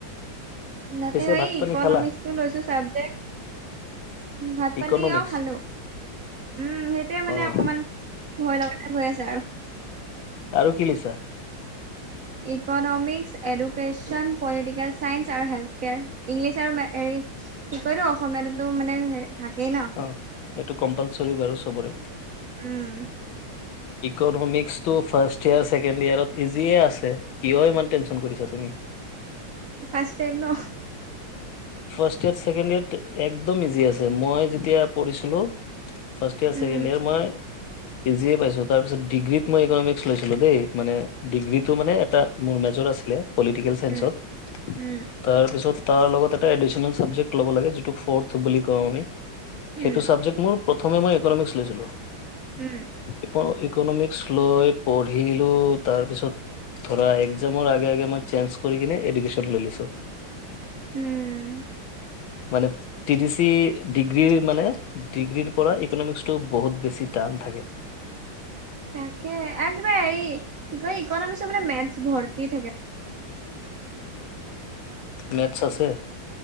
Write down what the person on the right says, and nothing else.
তাতে
হেই
ইকনমিক্সটো
লৈছো চাবজেক্ট ভাত পানী
অ' খালো উম সেইটোৱে মানে
অকমান ভয় লগা হৈ আছে আৰু
ইকনমিক্স এডুকেশ্যন পলিটিকেল ছাইন্স আৰু হেল্থ কেয়াৰ ইংলিছ আৰু মে হেৰি কি কয়তো অসমীয়াতো মানে থাকেই ন
উম
ফাৰ্ষ্ট টাইম ন
উম,
উম, উম,
উম,
উম
উম
তাকে আৰু কিবা হেৰি কি কয় ইকনমিক্সৰ বোলে মেথছ ভৰ্তি থাকে।